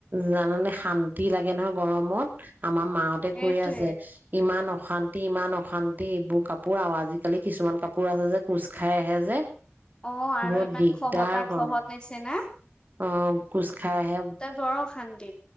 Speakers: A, on the right (about 40°); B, on the left (about 20°).
A: জানানে শান্তি লাগে নহয় গৰমত আমাৰ মা হতে
B: সেইটোৱে।
A: কৈ আছে ইমান অশানত এতি ইমান অশান্তি এইবোৰ কাপোৰ আৰু আজিকালি কিছুমান কাপোৰ আছে যে কোচ খাই আহে যে
B: অ' আৰু
A: বৰ
B: ইমান
A: দিগদাৰ
B: খহতা
A: গৰম
B: খহত নিছিনা।
A: অ কুছ খাই আহে
B: বৰ অশান্তি।